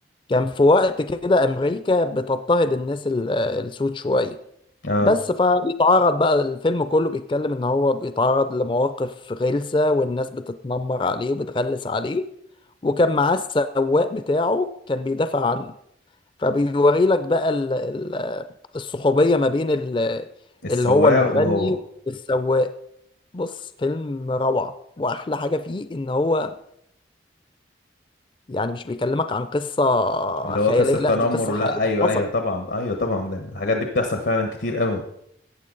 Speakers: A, on the left; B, on the left.
A: كان في وقت كده امريكا بتضطهد الناس ال- السود شوية
B: اه
A: بس فبيتعرض بقى الفيلم كله بيتكلم ان هو بيتعرض لمواقف غلسة والناس بتتنمر عليه وبتغلس عليه وكان معاه السواق بتاعه كان بيدافع عنه فبيوري لك بقى ال- ال- الصحوبية ما بين ال-
B: السواق
A: اللي هو المغني
B: وهو
A: والسواق بص فيلم روعة واحلى حاجة فيه ان هو يعني مش بيكلمك عن قصة
B: اللي
A: خيالية
B: هو قصة تنمر
A: لا دي قصة
B: لا
A: حقيقية
B: ايوه
A: حصل
B: ايوه طبعا ايوه طبعا لان الحاجات دي بتحصل فعلا كتير قوي